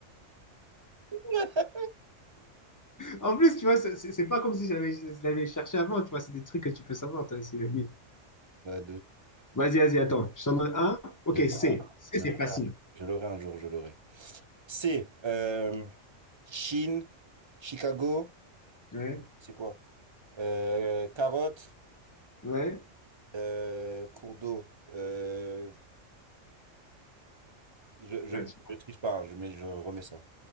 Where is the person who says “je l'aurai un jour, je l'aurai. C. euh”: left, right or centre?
Right